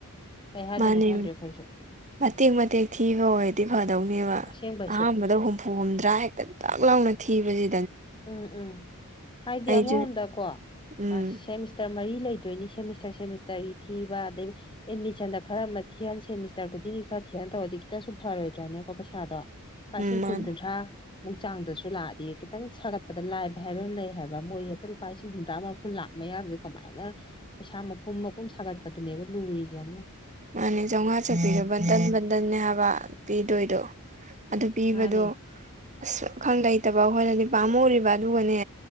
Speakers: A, on the left; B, on the right.
A: ꯀꯩ ꯍꯥꯏꯗꯣꯏꯅꯣ
B: ꯃꯥꯅꯦ
A: ꯈꯪꯗ꯭ꯔꯦ ꯑꯩꯈꯣꯏꯖꯨ
B: ꯃꯇꯦꯛ ꯃꯇꯦꯛ ꯊꯤꯕ ꯑꯣꯏꯔꯗꯤ ꯐꯗꯧꯅꯦꯕ
A: ꯑꯁꯦꯡꯕꯩꯁꯨ
B: ꯑꯍꯥꯟꯕꯗ ꯍꯨꯝꯐꯨ ꯍꯨꯝꯐꯨ ꯍꯨꯝꯗ꯭ꯔꯥ ꯍꯦꯛꯇ ꯇꯥꯛ ꯂꯥꯎꯅ ꯊꯤꯕꯁꯤ
A: ꯎꯝ ꯎꯝ ꯍꯥꯏꯗꯤ
B: ꯑꯩꯁꯨ
A: ꯑꯃꯔꯣꯝꯗꯀꯣ
B: ꯎꯝ
A: ꯑꯥ ꯁꯦꯃꯤꯁ ꯇꯔ ꯃꯔꯤ ꯂꯩꯗꯣꯏꯅꯤ ꯁꯦꯃꯤꯁꯇꯔ ꯁꯦꯃꯤꯁꯇꯔꯒꯤ ꯊꯤꯕ ꯑꯗꯨꯗꯒꯤ ꯑꯦꯠꯃꯤꯁꯟꯗ ꯈꯔ ꯑꯃ ꯊꯤꯍꯟ ꯁꯦꯃꯤꯁꯇꯔ ꯈꯨꯗꯤꯡꯒꯤ ꯈꯔ ꯊꯤꯍꯟ ꯇꯧꯔꯗꯤ ꯈꯤꯇꯁꯨ ꯐꯔꯣꯏꯗ꯭ꯔꯅꯦꯀꯣ ꯄꯩꯁꯥꯗꯣ ꯂꯨꯄꯥ
B: ꯎꯝ
A: ꯂꯤꯁꯤꯡ
B: ꯃꯥꯅꯦ
A: ꯀꯨꯟ ꯀꯨꯟꯊ꯭ꯔ ꯃꯨꯛ ꯆꯥꯡꯗꯁꯨ ꯂꯥꯛꯑꯗꯤ ꯈꯤꯇꯪ ꯁꯥꯒꯠꯄꯗ ꯂꯥꯏꯕ ꯍꯥꯏꯕ ꯑꯃ ꯂꯩ ꯍꯥꯏꯕ ꯃꯣꯏ ꯍꯦꯛꯇ ꯂꯨꯄꯥ ꯂꯤꯁꯤꯡ ꯍꯨꯝꯗ꯭ꯔꯥ ꯃꯔꯐꯨ ꯂꯥꯛ ꯃꯌꯥꯖꯦ ꯀꯃꯥꯏꯅ ꯄꯩꯁꯥ ꯃꯄꯨꯝ ꯃꯄꯨꯝ ꯁꯥꯒꯠꯄꯗꯨꯅꯦꯕ ꯂꯨꯔꯤꯖꯦ ꯑꯃꯨ
B: ꯃꯥꯅꯦ ꯆꯥꯝꯉꯥ ꯆꯞꯄꯤꯗꯣ ꯕꯟꯗꯟ ꯕꯟꯗꯟꯅꯦ ꯍꯥꯏꯕ ꯄꯤꯗꯣꯏꯗꯣ ꯑꯗꯨ ꯄꯤꯕꯗꯨ
A: ꯃꯥꯅꯦ
B: ꯑꯁ ꯂꯩꯇꯕ ꯑꯩꯈꯣꯏꯗꯗꯤ ꯄꯥꯝꯃꯨꯔꯤꯕ ꯑꯗꯨꯒꯅꯦ